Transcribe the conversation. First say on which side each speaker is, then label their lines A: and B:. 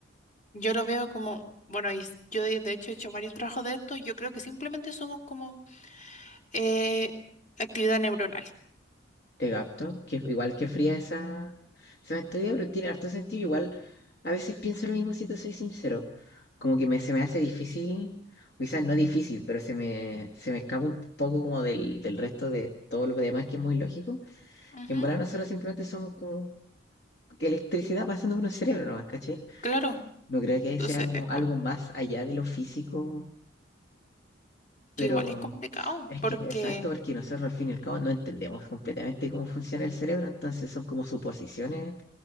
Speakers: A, on the left (about 40°); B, on the left (about 60°).
A: yo lo veo como, bueno, y s- yo de, de hecho he hecho varios trabajos de esto, y yo creo que simplemente somos como eh, actividad neuronal.
B: Te capto, que igual que fría esa, esa mentalidad, pero tiene harto sentido. Igual a veces pienso lo mismo si te soy sincero. Como que me, se me hace difícil, o quizás no difícil, pero se me, se me escapa un poco como del, del resto de todo lo demás que es muy lógico.
A: Ujú,
B: Que en verdad nosotros simplemente somos como que electricidad pasando por un cerebro nomás, ¿cachai?
A: Claro,
B: No creo que
A: entonces
B: sea como
A: es com-
B: algo más allá de lo físico, pero
A: que igual es complicado,
B: es
A: porque
B: que es exacto, porque nosotros al fin y al cabo no entendemos completamente cómo funciona el cerebro, entonces son como suposiciones